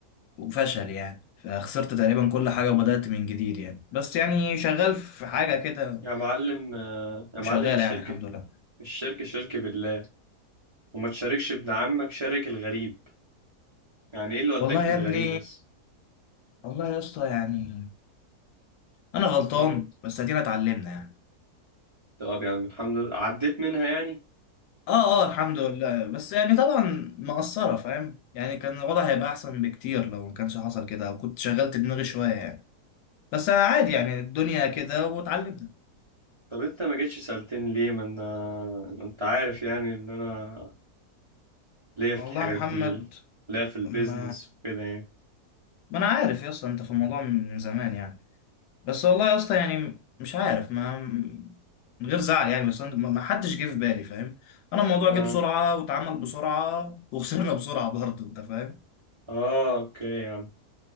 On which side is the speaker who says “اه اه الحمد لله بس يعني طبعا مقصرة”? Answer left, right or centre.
Left